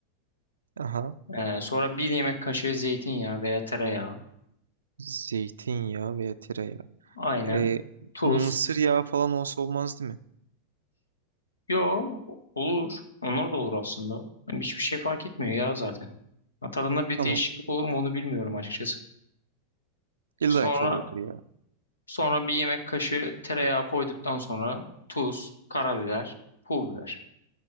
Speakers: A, on the right (about 70°); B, on the left (about 75°).
A: Aha.
B: Ee, sonra bir yemek kaşığı zeytinyağı veya tereyağı.
A: Zeytinyağı veya tereyağı.
B: Aynen.
A: Ee,
B: Tuz.
A: mısır yağı falan olsa olmaz değil mi?
B: Yo olur. Onlar da olur aslında. Yani Hiçbir şey fark etmiyor ya zaten. Ha, Tadında bir
A: Tamam.
B: değişiklik olur mu onu bilmiyorum açıkçası.
A: İlla
B: Sonra
A: ki oluyordur ya.
B: sonra bir yemek kaşığı tereyağı koyduktan sonra tuz, karabiber, pul biber.